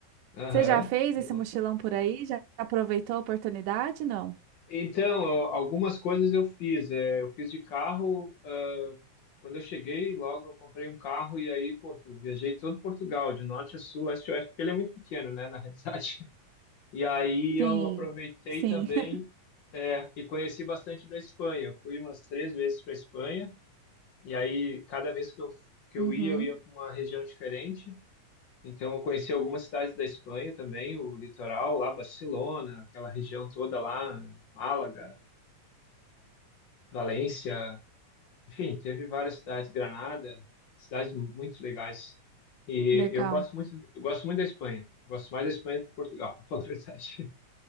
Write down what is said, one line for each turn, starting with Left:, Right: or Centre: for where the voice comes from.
Left: Aham,
Right: Você já fez
Left: boa.
Right: esse mochilão por aí? Já aproveitou a oportunidade? Não?
Left: Então, eu- algumas coisas eu fiz. É, eu fiz de carro. ah, quando eu cheguei, logo eu comprei um carro e aí, poxa, eu viajei todo Portugal, de norte a sul, leste a oeste, porque ele é muito pequeno, né, na realidade. <laughs> E aí
Right: Sim,
Left: eu aproveitei
Right: sim.
Left: também
Right: <laughs>
Left: é, e conheci bastante da Espanha. Eu fui umas três vezes para Espanha e aí cada vez que eu, que
Right: Uhum,
Left: eu ia, eu ia para uma região diferente. Então eu conheci algumas cidades da Espanha também, o litoral lá, Barcelona, aquela região toda lá, Málaga. Valência, enfim, teve várias cidades, Granada, cidades muito legais. E
Right: legal.
Left: eu gosto muito, eu gosto muito da Espanha. Gosto mais da Espanha do que Portugal, <laughs> para falar a verdade.